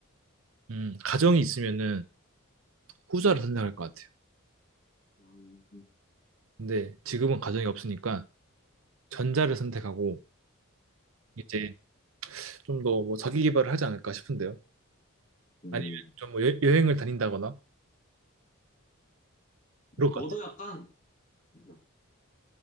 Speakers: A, on the right; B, on the left.
A: 음, 가정이 있으면은 후자를 선택할 것 같아요.
B: 음,
A: 근데 지금은 가정이 없으니까 전자를 선택하고 이제 좀 더 뭐 자기 개발을 하지 않을까 싶은데요.
B: 음.
A: 아니면 좀 뭐 여- 여행을 다닌다거나 그럴 것
B: 저도
A: 같아요.
B: 약간, 네,